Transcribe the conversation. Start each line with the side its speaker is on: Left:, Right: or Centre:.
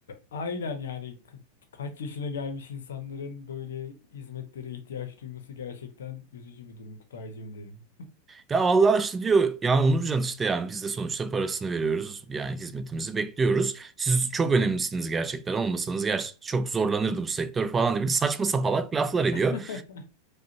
Left: Aynen yani ka- kaç yaşına gelmiş insanların böyle hizmetlere ihtiyaç duyması gerçekten üzücü bir durum Kutaycığım derim.
Right: Ya vallahi işte diyor ya Onurcan işte yani biz de sonuçta parasını veriyoruz. Yani hizmetimizi bekliyoruz. Siz çok önemlisiniz gerçekten. Olmasanız gerçekten çok zorlanırdı bu sektör falan diye bir saçma sapalak laflar ediyor.
Left: <laughs>